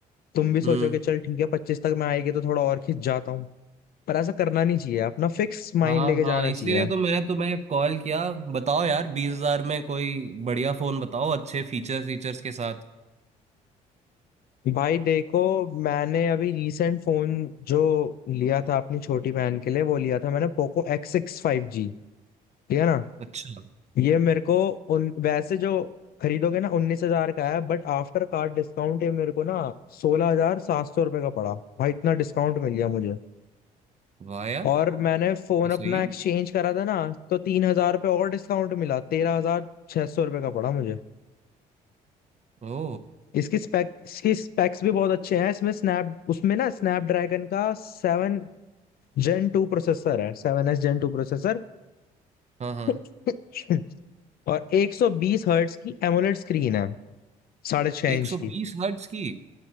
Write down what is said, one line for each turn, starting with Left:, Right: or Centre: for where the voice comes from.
Left: तुम भी सोचो
Right: हम्म
Left: कि चल ठीक है पच्चीस तक मैं आएगी तो थोड़ा और खिंच जाता हूँ पर ऐसा करना नहीं चाहिए अपना फिक्स माइंड
Right: हाँ
Left: लेके
Right: हाँ
Left: जाना
Right: इसीलिए
Left: चाहिए
Right: तो मैं तुम्हें कॉल किया बताओ यार बीस हजार में कोई बढ़िया फोन बताओ अच्छे फीचर फीचर्स के साथ
Left: भाई देखो मैंने अभी रिसेंट फोन जो लिया था अपनी छोटी बहन के लिए वो लिया था मैंने Poco X six five G ठीक है ना
Right: अच्छा
Left: ये मेरे को उन वैसे जो खरीदोगे ना उन्नीस हजार का है बट आफ्टर कार्ड डिस्काउंट ये मेरे को ना सोलह हजार सात सौ रुपए का पड़ा भाई इतना डिस्काउंट मिल गया मुझे
Right: वाह यार
Left: और मैंने फोन
Right: तो सही
Left: अपना
Right: है
Left: एक्सचेंज करा था ना तो तीन हजार रुपये और डिस्काउंट मिला तेरह हजार छह सौ रुपये का पड़ा मुझे
Right: ओ
Left: इसकी स्पेक इसकी स्पेक्स भी बहुत अच्छे हैं इसमें स्नैप उसमें ना स्नैपड्रैगन का सेवन जेन टू प्रोसेसर है सेवन एस जेन टू प्रोसेसर
Right: हाँ हाँ
Left: <coughs> <laughs> और एक सौ बीस हर्ट्स की एमोलेड स्क्रीन है साढ़े छह
Right: एक
Left: इंच
Right: सौ बीस
Left: की
Right: हर्ट्ज की